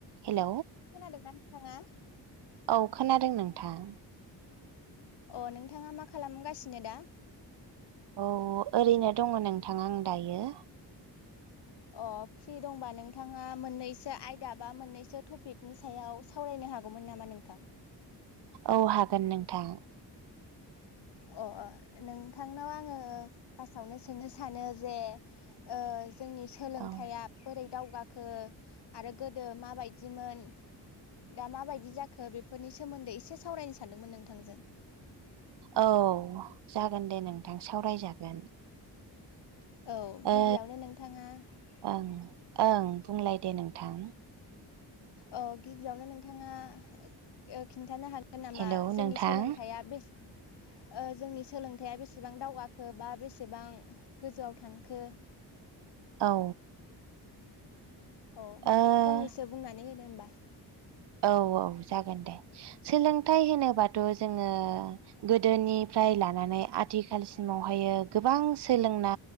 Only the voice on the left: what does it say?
<inaudible> खोनादोंना नोंथाङा?
अ नोंथाङा मा खालामगासिनो दा?
अ फ्रि दंबा नोंथाङा मोननैसो आयदा बा मोननैसो टपिकनि सायाव सावरायनो हागौमोन नामा नोंथां?
अ अ नोंथांनाव आङो फार्स्टावनो सोंनो सानो जे ओ जोंनि सोलोंथाइआ
बोरै दावगा खो आरो गोदो माबायदिमोन दा माबायदि जाखो बेफोरनि सोमोन्दै एसे सावरायनो सानदोंमोन नोंथांजों ।
औ गिबियावनो
नोंथाङा ।
औ गिबियावनो नोंथाङा ओ खिन्थानो हागोन गोन नामा
जोंनि
सोलोंथाइया बेस ओ जोंनि सोलोंथाइया बेसेबां दावगाखो बा बेसेबां गोजौआव थांखो?
औ
फंनैसो बुंनानै होदो होमबा।